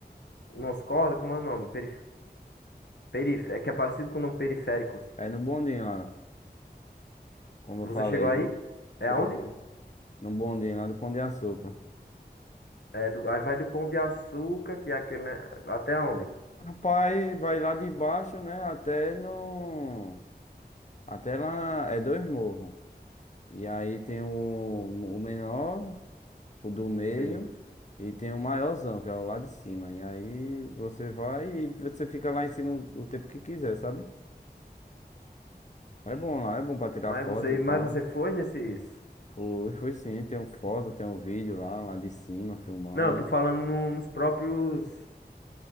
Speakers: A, on the left (about 90°); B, on the left (about 45°).
A: nos cordas, como é o nome? Perif, perif, é que é parecido com o nome periféricos.
B: É no bondinho lá, como eu
A: Você
B: falei,
A: chegou aí?
B: né?
A: É
B: Foi.
A: aonde?
B: No bondinho lá do Pão de Açúcar.
A: É do, aí vai do Pão de Açúcar, que é aquele, né? Até aonde?
B: Rapaz, vai lá de baixo, né? Até no. Até lá. É dois morros. E aí tem o, o menor, o do meio,
A: Sei.
B: e tem o maiorzão, que é o lá de cima. E aí você vai e você fica lá em cima o tempo que quiser, sabe? É bom lá, é bom pra tirar
A: Mas
B: foto
A: você,
B: e tal.
A: mas você foi nesses.
B: Foi, foi sim, tem um foto, tem um vídeo lá, lá de cima, filmando.
A: Não, eu tô falando no- nos próprios